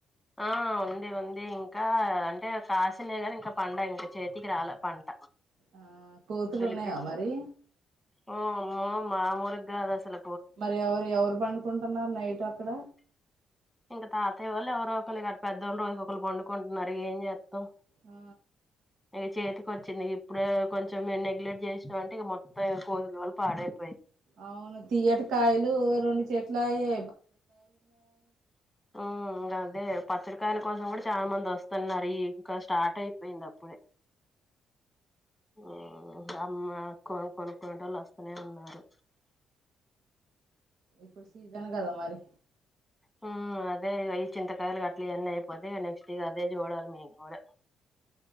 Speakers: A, in the centre; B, on the right (about 75°).
A: ఆ ఉంది ఉంది ఇంకా అంటే కాసిన కానీ ఇంకా పంట ఇంకా చేతికి రాలే పంట
B: ఆ కోతులు
A: దులిపించ
B: ఉన్నాయా మరి
A: ఓ అమ్మో మామూలుగా కాదు అసల
B: మరి ఎవరు ఎవరు పండుకుంటున్నారు నైట్ అక్కడ
A: ఇంకా తాతయ్య వాళ్ళు ఎవరో ఒకళ్ళు గని పెద్దవాళ్ళు రోజు ఒకరు పండుకుంటు ఉన్నారు ఏం చేస్తాం
B: ఆ
A: ఇక చేతికి వచ్చింది ఇప్పుడే కొంచెం మేము నెగ్లెట్ చేసినం అంటే ఇక మొత్తం కోతుల వల్ల పాడైప్
B: అవును తీయట కాయలు రెండు చెట్లు ఆయె
A: ఉ గదే పచ్చడికాయల కోసం కూడా చాలా మంది వస్తున్నారు ఈ ఇంకా స్టార్ట్ అయిపోయింది అప్పుడే ఆ అమ్మ అక్కొ కొనుక్కనే వాళ్ళు వస్తూనే ఉన్నారు
B: ఇప్పుడు సీజను కద మరి
A: హ్మ్ అదే ఈ చింతకాయలు అట్లా ఇయన్ని అయిపోత నెక్స్ట్ ఇక అదే చూడాలి మేము కూడా